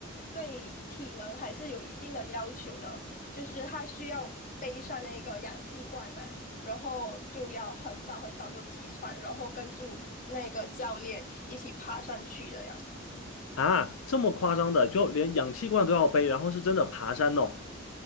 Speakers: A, on the left; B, on the left.
A: 对体能还是有一定的要求的，就是他需要背上那个氧气罐嘛，然后就要很早很早就起床，然后跟住那个教练一起爬上去的呀。
B: 啊，这么夸张的，就连氧气罐都要背，然后是真的爬山哦，